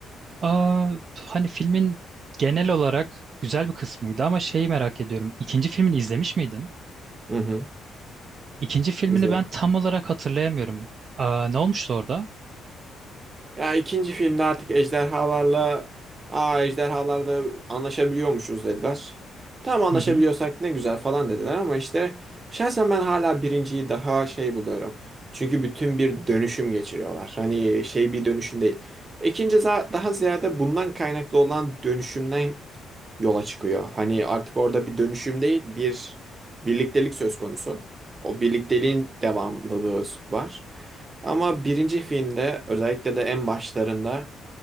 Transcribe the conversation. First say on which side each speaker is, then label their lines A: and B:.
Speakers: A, on the right; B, on the right.
A: Aa, hani filmin genel olarak güzel bir kısmıydı ama şeyi merak ediyorum. İkinci filmini izlemiş miydin?
B: Hı hı.
A: İkinci filmini
B: İzledim.
A: ben tam olarak hatırlayamıyorum. Aa, ne olmuştu orada?
B: Ya ikinci filmde artık ejderhalarla aa ejderhalarda anlaşabiliyormuşuz dediler. Tam anlaşabiliyorsak
A: Hı hı.
B: ne güzel falan dediler ama işte şahsen ben hala birinciyi daha şey buluyorum. Çünkü bütün bir dönüşüm geçiriyorlar. Hani şey bir dönüşüm değil. İkinci za- daha ziyade bundan kaynaklı olan dönüşümden yola çıkıyor. Hani artık orada bir dönüşüm değil bir birliktelik söz konusu. O birlikteliğin devamlılığı var. Ama birinci filmde özellikle de en başlarında